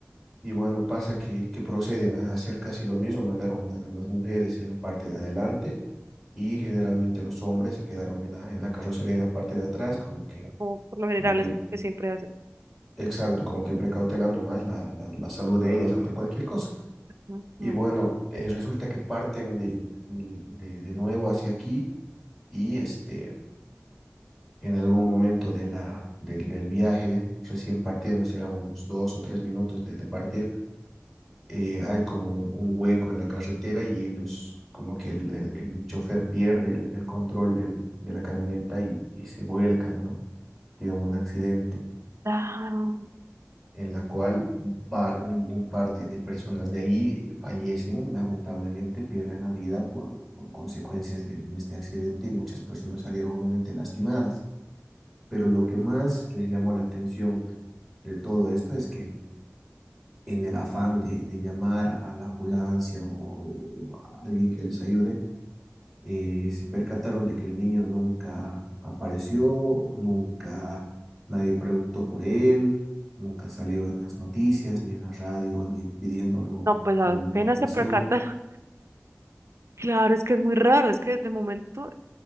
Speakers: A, in the centre; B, on the right.
A: Y bueno, pasa que, que proceden a hacer casi lo mismo, mandaron a, la- a las mujeres en la parte de adelante y generalmente los hombres se quedaron en la, en la carrocería en la parte de atrás, como que,
B: como por lo general
A: como que,
B: es lo que siempre hacen.
A: exacto, como que precautelando más la, la, la salud de ellas ante cualquier cosa.
B: Ujú.
A: Y bueno, eh, resulta que parten de, de, de nuevo hacia aquí y este, en algún momento de la, del, del viaje, recién partiendo, serán unos dos o tres minutos de, de partir eh, hay como un hueco en la carretera y ellos, como que el, el- el chofer pierde el, el control del- de la camioneta y, y se vuelcan, ¿no? Tienen un accidente
B: Claro.
A: en la cual va- un, un par de, de personas de ahí eh, fallecen, lamentablemente pierden la vida por, por consecuencias de, de este accidente y muchas personas salieron obviamente lastimadas. Pero lo que más les llamó la atención de todo esto es que en el afán de, de llamar a la ambulancia o, o a alguien que les ayude, eh, se percataron de que el niño nunca apareció, nunca nadie preguntó por él, nunca salió en las noticias ni en la radio alguien pidiendo algo,
B: No, pues apenas
A: alguna información.
B: se percata. <laughs> Claro, es que es muy raro, es que de momento